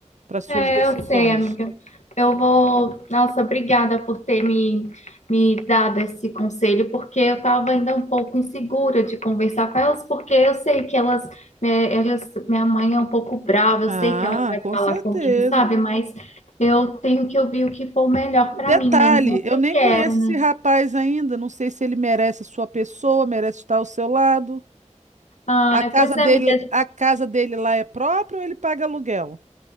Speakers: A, on the right; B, on the left.
A: para suas
B: É,
A: decisões.
B: eu sei, amiga. Eu vou. Nossa, obrigada por ter me, me dado esse conselho, porque eu estava ainda um pouco insegura de conversar com elas, porque eu sei que elas, né, elas, minha mãe é um pouco brava,
A: Ah,
B: eu sei que ela vai
A: com
B: falar
A: certeza.
B: comigo, sabe? Mas eu tenho que ouvir o que for melhor
A: E
B: para
A: Detalhe,
B: mim, né? Não o que
A: eu
B: eu
A: nem
B: quero,
A: conheço esse
B: né?
A: rapaz ainda, não sei se ele merece a sua pessoa, merece estar ao seu lado.
B: Ah,
A: A casa
B: pois é,
A: dele,
B: amiga.
A: a casa dele lá é própria ou ele paga aluguel?